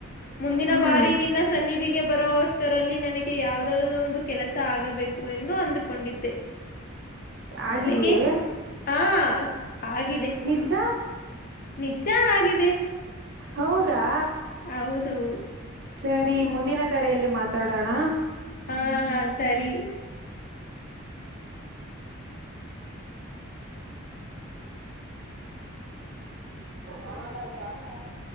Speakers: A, on the left; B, on the right.
A: ಮುಂದಿನ
B: ಹ್ಮ್
A: ಬಾರಿ ನಿನ್ನ ಸನ್ನಿಧಿಗೆ ಬರುವೋ ಅಷ್ಟರಲ್ಲಿ ನನಗೆ ಯಾವ್ದಾದ ಒಂದು ಕೆಲಸ ಆಗಬೇಕು ಎಂದು ಅಂದುಕೊಂಡಿದ್ದೆ
B: ಆಗಿದಯೇ
A: ನನಗೆ ಆ ಆಗಿದೆ
B: ನಿಜ
A: ನಿಜ ಆಗಿದೆ
B: ಹೌದಾ
A: ಹೌದು
B: ಸರಿ ಮುಂದಿನ ಕರೆಯಲ್ಲಿ ಮಾತಾಡೋಣ
A: ಹಾ ಸರಿ
B: ಹತಾ <inaudible>